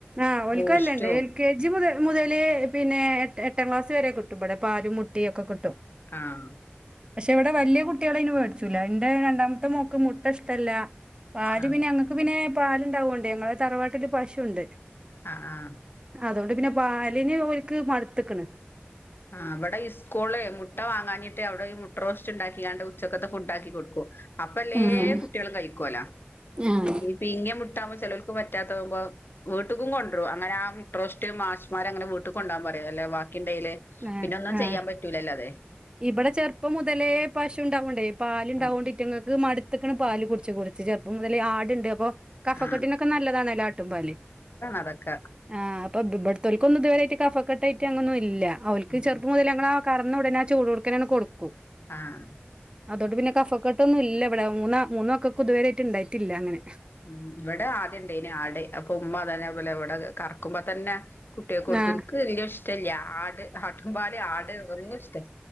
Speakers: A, on the right; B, on the left.
A: ആഹ് ഒൽക്കല്ലണ്ട്
B: ബൂസ്റ്റും
A: എൽകെജി ജി മുതല് പിന്നെ എ എട്ടാം ക്ലാസ് വരെ കിട്ടും ഇബടെ പാലും മുട്ടിം ഒക്കെ കിട്ടും
B: ആഹ്
A: പക്ഷെ ഇവടെ വല്യ കുട്ട്യാളയ്ന് വേടിച്ചൂല ഇന്റെ രണ്ടാമത്തെ മോക്ക് മുട്ട ഇഷ്ടല്ല പാല്
B: ആഹ്
A: പിന്നെ ഞങ്ങൾക്ക് പിന്നെ പാലുണ്ടാവോണ്ട് ഞങ്ങളെ തറവാട്ടിൽ പശുണ്ട്
B: ആഹ് ആഹ്
A: അതോണ്ട് പിന്നെ പാലിന് ഓര്ക്ക് മടുത്ത്ക്കണ്
B: ആഹ് ഇവിടെ സ്കൂള് മുട്ട വാങ്ങാഞ്ഞിനിട്ട് അവിടെ ഒര് ട്ട റോസ്റ്റ് ഉണ്ടാക്കിയാണ്ട് ഉച്ചക്കത്തെ ഫുഡാക്കി കൊടുക്കും അപ്പ എല്ലേ
A: ആഹ്
B: കുട്ട്യാളും കഴിക്കോലൊ
A: ആഹ്
B: പിങ്ങിയ മുട്ടാമ്പൊ ചെലോല്ക്ക് പറ്റാത്ത ആവുമ്പോ വീട്ട്ക്കും കൊണ്ടരും അങ്ങനെ ആ മുട്ട റോസ്റ്റ് മാഷ്മാര് അങ്ങനെ വീട്ട്ക്ക് കൊണ്ടാകാൻ പറയും അല്ലേ ബാക്കിണ്ടേല്
A: ആഹ്
B: പിന്നെ ഒന്നും
A: ആഹ്
B: ചെയ്യാൻ പറ്റൂലല്ലോ അത്‌
A: ഇവിടെ ചെറുപ്പം മുതലേ പശു ഉണ്ടാവോണ്ടേ പാലുണ്ടാവോണ്ട്
B: ആ
A: ഇറ്റിങ്ങൾക്ക് മട് ത്ത്ക്ക്ണ് പാല് കുട്ച്ച് കുട്ച്ച് ചെറുപ്പം മുതലേ ആടുണ്ട് അപ്പൊ കഫക്കെട്ടിനൊക്കെ
B: ആ
A: നല്ലതാണല്ലോ ആട്ടുംപാല്
B: അതൊക്ക
A: ആഹ് ബ ഇബ്ടതോൽക്കൊക്കന്നുംഇതുവരായിട്ട് കഫക്കെട്ട് ട്ട് അങ്ങന്നും ഇല്ല ഓൽക്ക്
B: ഉം
A: ചെറുപ്പം മുതൽ അങ്ങനെ ആ കറന്നുടനെ ആ ചൂടോട്ക്കനെ കൊടുക്കും
B: ആഹ്
A: അതോണ്ട് പിന്നെ കഫക്കെട്ടൊന്നും ഇല്ല ഇവിടെ മൂന്ന മൂന്ന് മക്കക്കും ഇത്വരെ ഇണ്ടായിട്ടില്ല അങ്ങനെ
B: ഉം ഇവിടെ ആദ്യം ഇണ്ടേന്ന് ആട് അപ്പൊ ഉമ്മ അതെനെ പോലെ ഇവിടെ കറക്കുമ്പോ തന്നെ കുട്ട്യാക് കൊടുക്കും
A: ആഹ്
B: ഇൻക്ക് വെല്ല്യ ഇഷ്ടല്ല ആട് ആട്ടുംപാല് ആട് ഒന്നുഷ്ടല്ല